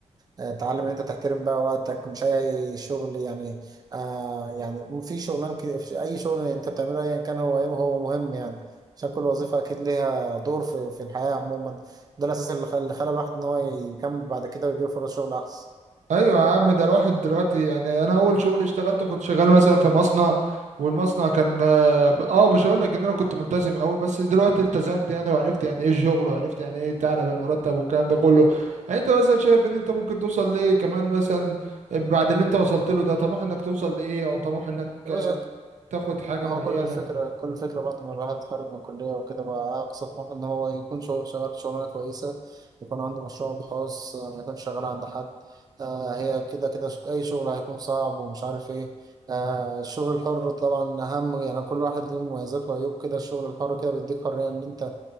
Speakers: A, on the right; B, on the right.
A: آه، تعلم إن أنت تحترم بقى وقتك مش أي شغل يعني آه يعني في شغلان كده في أي شغل أنت بتعمله أيا كان هو إيه هو مهم يعني عشان كل وظيفة أكيد ليها دور في, في الحياة عموما ده الأساس اللي خل- اللي خلى الواحد إن هو يكمل بعد كده ويجيله فرص شغل أحسن.
B: ايوه يا عم ده الواحد دلوقتي يعني انا اول شغل اشتغلته كنت شغال مثلا في مصنع والمصنع كان اه ب- آه، مش هقول لك ان انا كنت ملتزم قوي بس دلوقتي التزمت يعني وعرفت يعني ايه الشغل وعرفت يعني ايه تعلى بالمرتب والكلام ده كله يعني انت مثلا شايف ان انت ممكن توصل لايه كمان مثلا بعد اللي انت وصلت له ده طموح انك توصل لايه او طموح انك
A: يا
B: آه،
A: باشا
B: تاخد حاجة
A: هو
B: معينة
A: كل الفكرة كل الفكرة بعد ما الواحد اتخرج من الكلية وكده بقى أقصى طموحه إن هو يكون شغل شغال شغلانة كويسة يكون عنده مشروع الخاص ما يكونش شغال عند حد آه هي كده كده ش- أي شغل هيكون صعب ومش عارف إيه آه الشغل الحر طبعا أهم يعني كل واحد له مميزات وعيوب كده الشغل الحر كده بيديك حرية إن أنت